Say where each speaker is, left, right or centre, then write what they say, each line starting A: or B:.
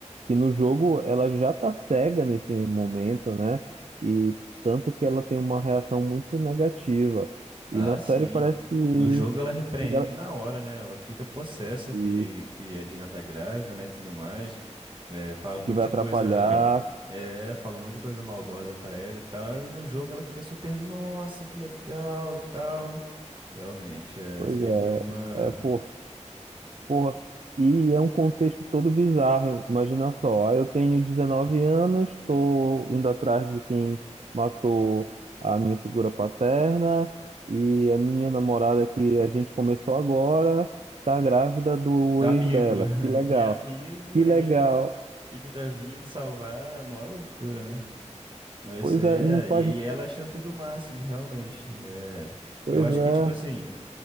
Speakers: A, on the right (about 65°); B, on the right (about 40°).
A: que no jogo ela já tá cega nesse momento, né? E tanto que ela tem uma reação muito negativa.
B: Ah,
A: E na
B: sim.
A: série parece que,
B: No jogo ela repreende
A: que, ela-
B: na hora, né? Ela fica possessa
A: que,
B: que, que a Dina tá grávida, né, e tudo mais. É, fala um monte
A: que vai
B: de
A: atrapalhar
B: coisa, é, fala um monte de coisa maldosa pra ela e tal. E no jogo ela fica super, nossa, que legal e tal. Realmente, é,
A: Pois
B: isso aí
A: é,
B: foi uma
A: é por, porra. E é um contexto todo bizarro. Imagina só, eu tenho 19 anos, estou indo atrás de quem matou a minha figura paterna e a minha namorada que a gente começou agora tá grávida do
B: da
A: ex
B: amigo,
A: dela.
B: <laughs>
A: Que legal,
B: que é amigo
A: que
B: ainda
A: legal.
B: e que tá vindo salvar, é uma loucura, né? Não, isso
A: Pois
B: aí
A: é,
B: é,
A: não faz.
B: e, e ela achando tudo o máximo, realmente. É,
A: Pois
B: eu acho
A: é,
B: que tipo assim,